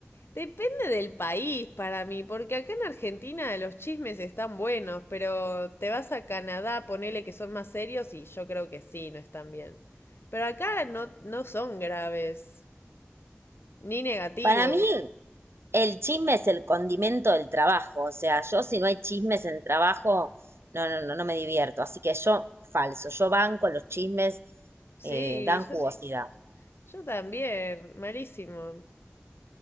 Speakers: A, on the left (about 70°); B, on the right (about 80°).
A: depende del país para mí, porque acá en Argentina los chismes están buenos, pero te vas a Canadá, ponele que son más serios y yo creo que sí, no están bien. Pero acá no, no son graves, ni negativos.
B: Para mí, el chisme es el condimento del trabajo. O sea, yo si no hay chismes en trabajo, no, no, no, no me divierto. Así que yo, falso, yo banco los chismes,
A: Sí,
B: eh, dan jugosidad.
A: yo, yo también, malísimo.